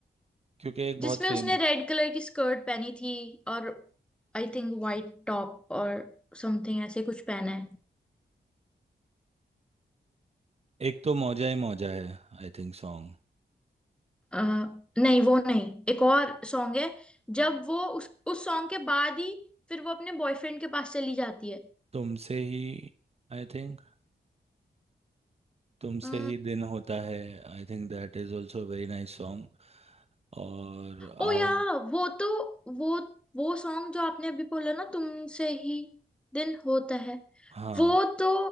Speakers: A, on the right; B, in the centre.
A: क्योंकि एक बहुत
B: जिसमें
A: फेमस
B: उसने रेड कलर की स्कर्ट पहनी थी और आई थिंक वाइट टॉप और समथिंग ऐसे कुछ पहना है
A: एक तो मौजा ही मौजा है आई थिंक सॉन्ग
B: अ, नहीं वो नहीं एक और सॉन्ग है जब वो उस उस सॉन्ग के बाद ही फिर वो अपने बॉयफ्रेंड के पास चली जाती
A: तुमसे ही आई थिंक तुमसे
B: है
A: ही दिन होता है I think that is also very nice song और
B: ओ
A: आओ
B: या वो तो वो वो सॉन्ग जो आपने अभी बोला ना तुमसे ही दिन होता है
A: हाँ
B: वो तो